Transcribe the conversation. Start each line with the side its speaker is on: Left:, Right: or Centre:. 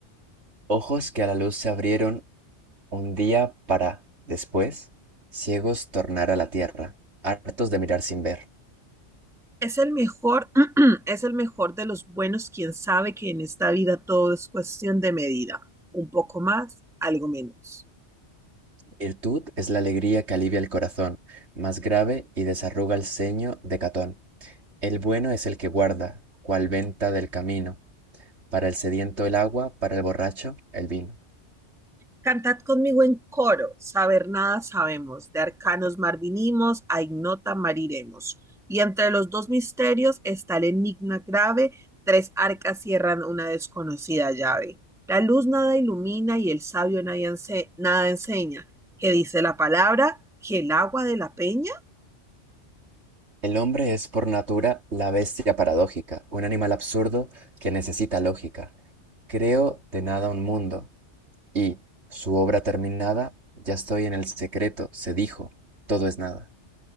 Right: Ojos que a la luz se abrieron un día para, después, ciegos tornar a la tierra, hartos de mirar sin ver.
Centre: Es el mejor, <clears throat> es el mejor de los buenos quien sabe que en esta vida todo es cuestión de medida, un poco más, algo menos.
Right: Virtud es la alegría que alivia el corazón, más grave y desarruga el ceño de Catón. El bueno es el que guarda, cual venta del camino, para el sediento el agua, para el borracho el vino.
Centre: Cantad conmigo en coro, saber nada sabemos, de arcanos mar vinimos, a ignota mariremos. Y entre los dos misterios está el enigma grave, tres arcas cierran una desconocida llave. La luz nada ilumina y el sabio nadie ense- nada enseña, que dice la palabra, que el agua de la peña
Right: El hombre es por natura la bestia paradójica, un animal absurdo que necesita lógica. Creo de nada un mundo, y, su obra terminada, ya estoy en el secreto, se dijo, todo es nada.